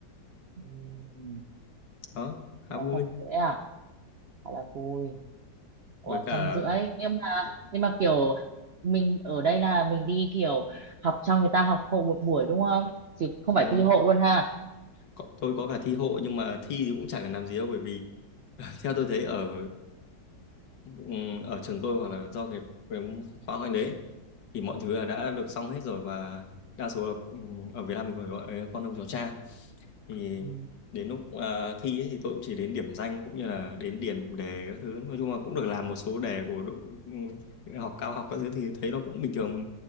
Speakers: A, on the right (about 65°); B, on the left (about 75°).
A: Ừ.
B: đó khá
A: Dạ,
B: vui
A: trăm rưỡi à? Thật là vui. Ủa,
B: với cả
A: trăm rưỡi. Nhưng mà,
B: Ừ,
A: nhưng mà kiểu mình ở đây là mình đi kiểu học cho người ta học hộ một buổi đúng không? Chứ không
B: đúng
A: phải thi
B: rồi
A: hộ luôn ha?
B: có, tôi có cả thi hộ nhưng mà thi thì cũng chả cần làm gì đâu bởi vì <laughs> theo tôi thấy ở Ừm, ở trường tôi hoặc là do cái, cái khóa của anh đấy ấy, thì mọi thứ là đã được xong hết rồi và đa số là ừm, ở Việt Nam mình còn gọi là con ông cháu cha thì
A: Ừ.
B: đến lúc à, thi ấy, thì tôi cũng chỉ đến điểm danh cũng như là đến điền đề các thứ nói chung là cũng được làm một số đề của đội ừm, học cao học các thứ thì thấy nó cũng bình thường